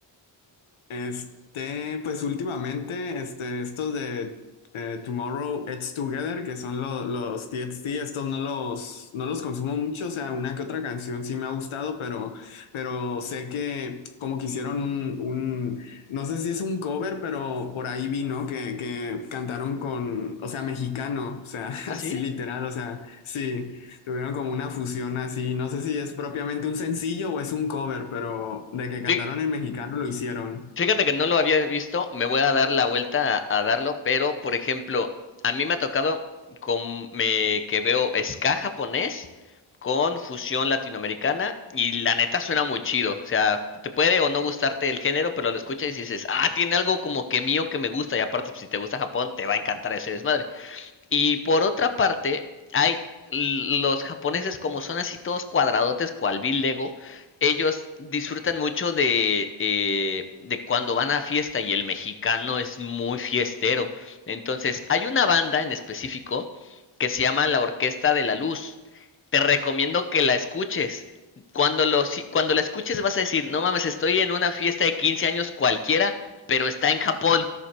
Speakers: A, on the left; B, on the left.
A: Este, pues últimamente, este, estos de eh, Tomorrow It's Together, que son lo- los TXT, estos no los, no los consumo mucho, o sea, una que otra canción sí me ha gustado, pero, pero sé que como que hicieron un, un, no sé si es un cover, pero por ahí vi, ¿no? Que, que cantaron con, o sea, mexicano, o sea, <laughs>
B: ¿Ah,
A: así
B: sí?
A: literal, o sea, sí. Tuvieron como una fusión así, no sé si es propiamente un sencillo o es un cover, pero de que cantaron
B: Sí,
A: en mexicano lo hicieron.
B: Fíjate que no lo había visto, me voy a dar la vuelta a, a darlo, pero por ejemplo, a mí me ha tocado con, me, que veo ska japonés con fusión latinoamericana y la neta suena muy chido, o sea, te puede o no gustarte el género, pero lo escuchas y dices, ah, tiene algo como que mío que me gusta y aparte pues, si te gusta Japón te va a encantar ese desmadre. Y por otra parte, hay los japoneses como son así todos cuadradotes cual Bill Lego, ellos disfrutan mucho de, eh, de cuando van a fiesta y el mexicano es muy fiestero. Entonces, hay una banda en específico que se llama La Orquesta de la Luz. Te recomiendo que la escuches. Cuando, lo, si- cuando la escuches vas a decir, no mames, estoy en una fiesta de 15 años cualquiera, pero está en Japón.